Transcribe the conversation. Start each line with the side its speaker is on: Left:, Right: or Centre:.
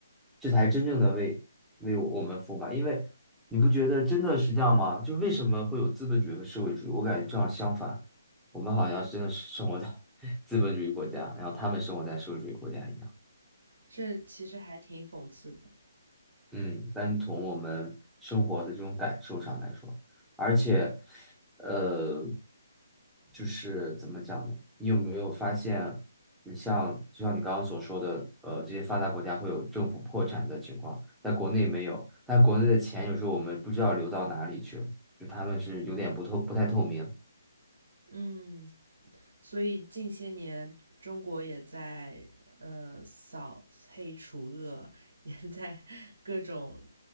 Centre: 这才真正的为为我们服务吧。因为你不觉得真的是这样吗？就为什么会有资本主义和社会主义？我感觉正好相反，我们好像真的是生活在 <laughs> 资本主义国家，然后他们生活在社会主义国家一样。
Right: 这其实还挺讽刺的，
Centre: 嗯，单从我们生活的这种感受上来说，而且，呃，就是怎么讲呢？你有没有发现，你像就像你刚刚所说的，呃，这些发达国家会有政府破产的情况，在国内没有，但国内的钱有时候我们不知道流到哪里去了，就他们是有点不透不太透明。
Right: 嗯，所以近些年中国也在呃扫黑除恶，也在各种